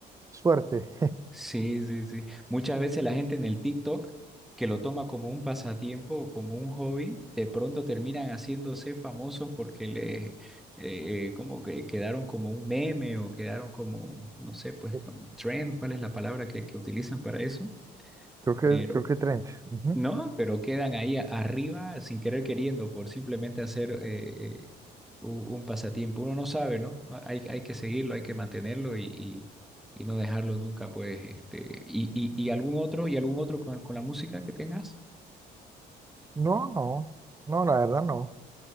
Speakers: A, on the right; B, in the centre.
A: suerte.
B: Sí, sí, sí. Muchas veces la gente en el TikTok que lo toma como un pasatiempo o como un hobby, de pronto terminan haciéndose famosos porque le eh, eh, como que quedaron como un meme o quedaron como, no sé, pues
A: <laughs>
B: como trend, ¿cuál es la palabra que, que utilizan para eso?
A: Creo que,
B: Pero
A: creo que 30. Ujú.
B: no, pero quedan ahí a- arriba sin querer queriendo por simplemente hacer eh, eh, u- un pasatiempo. Uno no sabe, ¿no? No, Hay, hay que seguirlo, hay que mantenerlo y, y, y no dejarlo nunca, pues, este, y, y, y algún otro, y algún otro con, con la música que tengas.
A: No, no, no, la verdad no.